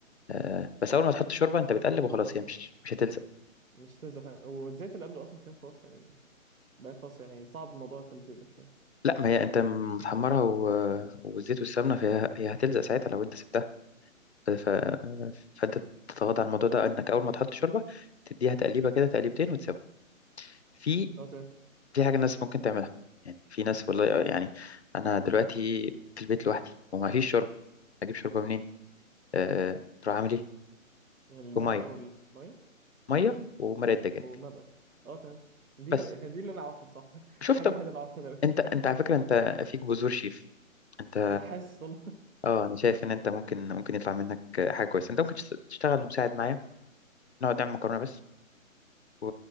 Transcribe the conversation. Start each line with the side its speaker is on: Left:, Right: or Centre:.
Left: آه، بس اول ما تحط شوربه انت بتقلب
Right: بالظبط
Left: وخلاص
Right: أه
Left: هي
Right: فاهم
Left: مش مش هتلزق
Right: مش هتلزق فعلا والزيت اللي قبله أصلا كان خلاص يعني بقى خلاص يعني صعب موضوع التلزيق ده شوية
Left: لا ما هي انت متحمرها و... والزيت والسمنه فهي هي هتلزق ساعتها لو انت سبتها ف... ف... فانت تتغاضى عن الموضوع ده انك اول ما تحط شوربه تديها تقليبه كده تقليبتين وتسيبها في
Right: أه تمام
Left: في حاجه الناس ممكن تعملها يعني في ناس والله يعني انا دلوقتي في البيت لوحدي وما فيش شوربه اجيب شوربه منين أه... تروح عامل ايه
Right: المبقى
Left: بميه
Right: والمية
Left: ميه ومرقه دجاج
Right: ومبقى أه تمام دي
Left: بس
Right: <laughs> دي اللي أنا أعرفها بصح <laughs>
Left: شوف
Right: الحاجة
Left: طب
Right: الوحيدة اللي أعرفها تمام
Left: انت انت على فكره انت فيك بذور شيف انت
Right: أنا حاسس والله
Left: اه انا شايف ان انت ممكن ممكن يطلع منك حاجه كويسه انت ممكن تشتغل مساعد معايا نقعد نعمل مكرونة بس و...